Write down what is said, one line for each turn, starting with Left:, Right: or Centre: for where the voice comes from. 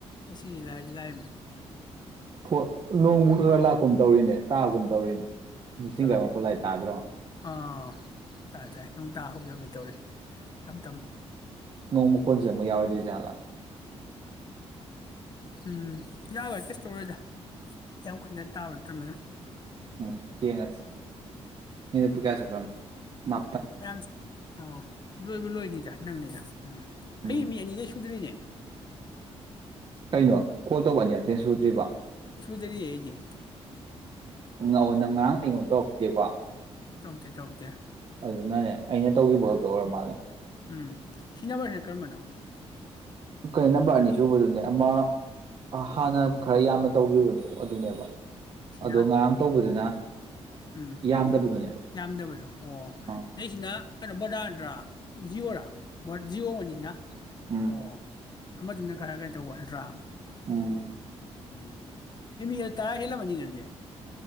Left: ꯑꯁꯤꯗꯤ ꯂꯥꯏ ꯂꯥꯝ꯫
Right: ꯐꫭ ꯅꯣꯡꯃ꯫
Left: ꯑꯥ
Right: ꯂꯥꯛꯀꯨꯝ ꯇꯧꯔꯤꯅꯦ ꯇ꯫ ꯒꯨꯝ ꯇꯧꯔꯤꯅꯦ ꯖꯤꯡꯒꯔ
Left: ꯑꯗꯨꯅꯤ
Right: ꯃꯈꯣꯠꯂꯥꯏ ꯇꯥꯗ꯭ꯔꯣ꯫
Left: ꯑꯥ ꯇꯥꯏ ꯇꯥꯏ ꯅꯨꯡꯗꯥꯥ ꯍꯧꯒꯦ ꯍꯧꯒꯦ ꯇꯧꯔꯤ ꯇꯝ ꯇꯝ꯫
Right: ꯅꯣꯡꯃ ꯀꯣꯟꯁꯤ ꯑꯃꯨꯛ ꯌꯥꯎꯔꯗ꯭ꯔꯤꯖꯥꯠꯂ꯫
Left: ꯎꯝ ꯌꯥꯔꯣꯏ ꯀꯩꯁ ꯇꯧꯔꯣꯏꯗ ꯌꯥꯝ ꯀꯅ ꯇꯥꯕ ꯅꯠꯇꯕꯅꯤꯅ꯫
Right: ꯎꯝ ꯌꯦꯡꯉꯁꯤ ꯃꯤꯅꯠꯄꯨ ꯀꯌꯥ ꯆꯠꯈ꯭ꯔꯝ ꯃ꯫
Left: ꯌꯥꯝ ꯑꯣ ꯂꯣꯏꯕ ꯂꯣꯏꯅꯤꯗ꯫ ꯅꯪꯅꯤꯗ꯫ ꯎꯝ
Right: ꯎꯝ
Left: ꯑꯩ ꯃꯤ ꯑꯅꯤꯗꯩ ꯁꯨꯗ꯭ꯔꯤꯅꯦ꯫ ꯫
Right: ꯀꯩꯅꯣ ꯀꯣꯜ ꯇꯧꯕ ꯑꯅꯤꯔꯛꯇꯩ ꯍ‌ꯦꯟ ꯁꯨꯗ꯭ꯔꯤꯕꫭ꯫
Left: ꯁꯨꯗꯔꯤ ꯑꯩꯗꯤ꯫
Right: ꯑꯣ ꯅꯪ ꯉꯔꯥꯡ ꯑꯩꯉꯣꯟꯗ ꯇꯧꯔꯛꯈꯤꯗꯦꯀꫭ꯫
Left: ꯇꯧꯔꯛꯇꯦ- ꯇꯧꯔꯛꯇꯦ꯫
Right: ꯑꯗꯨꯅꯅꯦ ꯑꯩꯅ ꯇꯧꯈꯤꯕ
Left: ꯎꯝ
Right: ꯈꯛꯇ ꯑꯣꯏꯔ ꯃꯥꯜꯂꯦ꯫
Left: ꯎꯝ ꯁꯤ ꯅꯝꯕꯔꯁꯤꯅ ꯀꯔꯝꯕꯅꯣ꯫
Right: ꯀꯩꯅ ꯅꯝꯕꯔ ꯑꯅꯤ ꯁꯨꯕꯗꯨꯅꯦ ꯑꯃ꯫ ꯑ ꯍꯥꯟꯅ꯫ ꯈꯔ ꯌꯥꯝꯅ ꯇꯧꯈꯤꯕꯗꯣ ꯑꯗꯨꯅꯦꯕ꯫
Left: ꯁꯤꯅ
Right: ꯑꯗꯣ ꯉꯔꯥꯡ ꯇꯧꯕꯗꯨꯅ
Left: ꯎꯝ
Right: ꯌꯥꯝꯗꯕꯗꯨꯅꯦꯕ
Left: ꯌꯥꯝꯗꯕꯗꯣ ꯑꯣ
Right: ꯑꯥ
Left: ꯅꯩꯁꯤꯅ꯫ ꯕꯔꯗ ꯅꯠꯇ꯭ꯔꯥ ꯖꯤꯌꫭꯔ꯫ ꯖꯤꯑꯣ ꯃꯅꯤꯁꯤꯅ
Right: ꯎꯝ
Left: ꯑꯣ꯫ ꯑꯃꯗꯨꯅ ꯈꯔ ꯀꯩꯅ ꯇꯧꯕꯟꯇ꯭ꯔꯥ꯫
Right: ꯎꯝ꯫
Left: ꯎꯝ ꯑꯦ ꯃꯤ ꯇꯔꯥ ꯍ‌ꯦꯜꯂꯝꯃꯅꯤꯅ‌ꯦꯗꯨꯗꯤ꯫